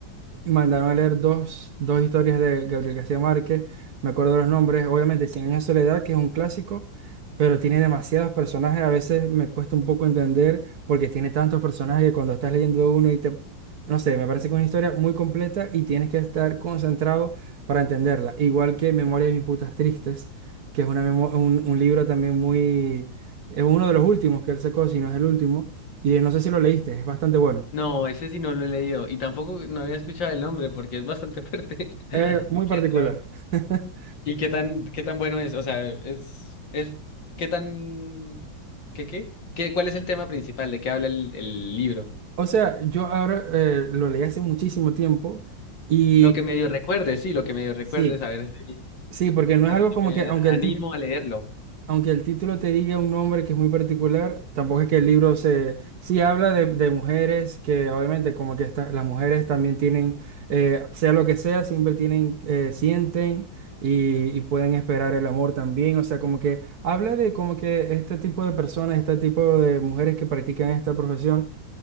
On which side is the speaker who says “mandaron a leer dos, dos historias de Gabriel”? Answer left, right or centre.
Right